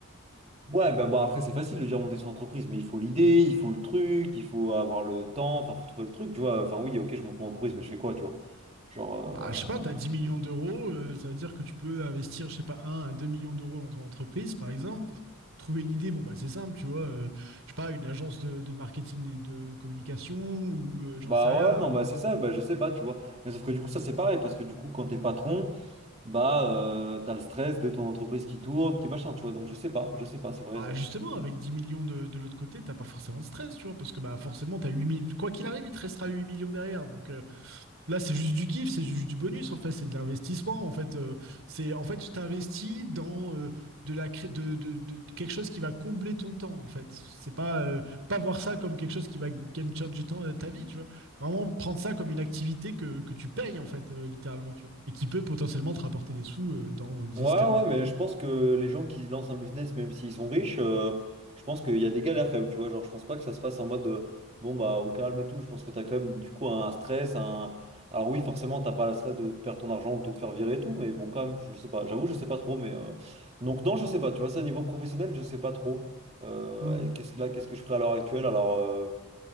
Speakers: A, on the right (about 30°); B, on the right (about 70°).
A: Ouais, bah bon, après, c'est facile de dire monter son entreprise, mais il faut l'idée, il faut le truc, il faut avoir le temps, enfin, faut trouver le truc, tu vois. Enfin, oui, ok, je monte mon entreprise, mais je fais quoi, tu vois? Genre. euh,
B: Bah, je sais pas, t'as 10 millions d'euros, euh, ça veut dire que tu peux investir, je sais pas, un à 2 millions d'euros dans ton entreprise, par exemple. Trouver une idée, bon, bah, c'est simple, tu vois. euh, je sais pas, une agence de, de marketing et de communication, ou euh,
A: Bah
B: j'en sais rien,
A: ouais, non, bah c'est ça, bah je sais pas, tu vois. Mais sauf que du coup, ça c'est pareil, parce que du coup, quand t'es patron, bah euh, t'as le stress de ton entreprise qui tourne, qui machin, tu vois. Donc, je sais pas, je sais pas, c'est vrai.
B: Bah
A: euh,
B: justement, avec 10 millions de, de l'autre côté, t'as pas forcément de stress, tu vois, parce que bah forcément, t'as 8 millions. Quoi qu'il arrive, il te restera 8 millions derrière. Donc euh, là, c'est juste du kiff, c'est juste du bonus, en fait, c'est de l'investissement. En fait, euh, c'est en fait, tu t'investis dans euh, de la cré- de, de- de- de quelque chose qui va combler ton temps, en fait. C'est pas, euh, pas voir ça comme quelque chose qui va game changer ton- euh, ta vie, tu vois. Vraiment prendre ça comme une activité que, que tu payes, en fait, euh, littéralement, tu vois. Et qui peut potentiellement te rapporter des sous euh, dans dix
A: Ouais,
B: quinze
A: ouais,
B: vingt
A: mais
B: ans.
A: je pense que les gens qui lancent un business, même s'ils sont riches, euh, je pense qu'il y a des galères quand même, tu vois. Genre, je pense pas que ça se passe en mode euh, bon, bah, au calme et tout. Je pense que t'as quand même, du coup, un stress. Un... Alors, oui, forcément, t'as pas le stress de perdre ton argent ou de te faire virer et tout, mais bon, quand même, je sais pas. J'avoue, je sais pas trop, mais euh, donc, non, je sais pas, tu vois, ça, niveau professionnel, je sais pas trop. Euh,
B: Mm.
A: et qu'est-ce que là, qu'est-ce que je ferais à l'heure actuelle? Alors, euh,